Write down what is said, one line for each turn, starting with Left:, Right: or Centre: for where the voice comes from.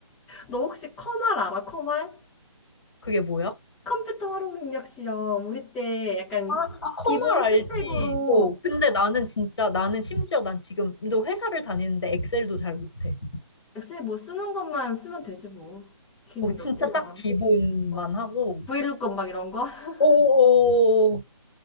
Centre: 너 혹시 컴활 알아? 컴활?
Left: 그게 뭐야?
Centre: 컴퓨터 활용 능력 시험. 우리 때 약간
Left: 아, 아, 커말
Centre: 기본
Left: 알지.
Centre: 스펙으로
Left: 어, 근데 나는 진짜, 나는 심지어 난 지금도 회사를 다니는데 엑셀도 잘 못해.
Centre: 엑셀 못 쓰는 것만 쓰면 되지 뭐. 기능
Left: 어, 진짜
Centre: 몇 개만.
Left: 딱 기본만
Centre: 어.
Left: 하고.
Centre: 브이루건 막 이런 거? <laughs>
Left: 오,